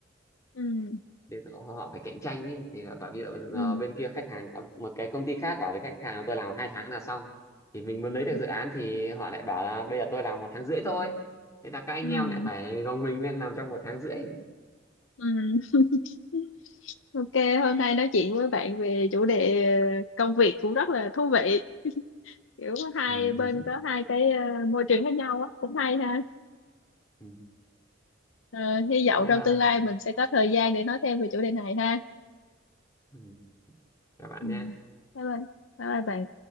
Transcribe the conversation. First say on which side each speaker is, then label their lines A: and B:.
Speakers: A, on the left; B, on the left.
A: ừ
B: ví dụ họ phải cạnh tranh ý, thì là bảo ví dụ
A: ừ
B: ờ, bên kia khách hàng ờ, một cái công ty khác bảo với khách hàng là tôi làm hai tháng là xong thì mình muốn
A: ừ
B: lấy được dự án thì họ lại bảo là bây giờ tôi làm một tháng rưỡi thôi thế là các anh
A: ừ
B: em lại phải gồng mình lên làm trong một tháng rưỡi
A: ừ. <laughs> Ok, hôm nay nói chuyện với bạn về chủ đề công việc cũng rất là thú vị. Kiểu hai
B: Ừ.
A: bên
B: <laughs>
A: có hai cái ờ, môi trường khác nhau á, cũng hay ha.
B: Ừ.
A: Ờ, hy vọng
B: thế, à,
A: trong tương lai mình sẽ có thời gian để nói thêm về chủ đề này ha.
B: ừ, các bạn
A: Ừ.
B: nhé
A: Bye bye. Bye bye bạn.